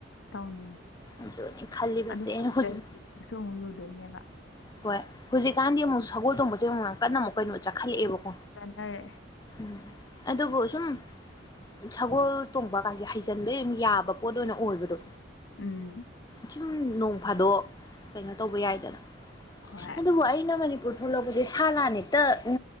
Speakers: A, on the left; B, on the left.
A: ꯇꯧꯅꯤꯡꯉꯤ
B: ꯑꯗꯨꯅꯦ ꯈꯜꯂꯤꯕꯁꯦ
A: ꯑꯗꯨ ꯐꯩꯇ꯭ꯔꯩ
B: ꯑꯩꯅ ꯍꯧꯖꯤꯛ
A: ꯑꯗꯨꯁꯨ ꯑꯃꯨꯛ ꯂꯨꯗꯣꯏꯅꯦꯕ
B: ꯍꯣꯏ ꯍꯧꯖꯤꯛꯀꯥꯟꯗꯤ ꯑꯃꯨꯛꯁꯨ ꯁꯒꯣꯜ ꯇꯣꯕꯁꯦ ꯑꯃꯨꯛ ꯌꯥꯝ ꯀꯟꯅ ꯑꯃꯨꯛ ꯀꯩꯅꯣ ꯆꯠꯈꯠꯂꯛꯑꯦꯕꯀꯣ
A: ꯆꯠꯊꯔꯛꯑꯦ
B: ꯎꯝ ꯑꯗꯨꯗꯣꯕꯨ ꯁꯨꯝ ꯁꯒꯣꯜ ꯇꯣꯡꯕ ꯀꯥꯏꯁꯦ ꯍꯩꯖꯟꯕ ꯌꯥꯝ ꯌꯥꯕ ꯄꯣꯠ ꯑꯣꯏꯅ ꯑꯣꯏꯕꯗꯣ
A: ꯎꯝ
B: ꯁꯨꯝ ꯅꯣꯡ ꯐꯥꯗꯣꯛ ꯀꯩꯅꯣ ꯇꯧꯕ ꯌꯥꯏꯗꯅ
A: ꯍꯣꯏ
B: ꯑꯗꯨꯕꯨ ꯑꯩꯅ ꯃꯅꯤꯄꯨꯔ ꯂꯧꯕꯁꯦ ꯁꯥ ꯂꯥꯅꯤꯛꯇ ꯎ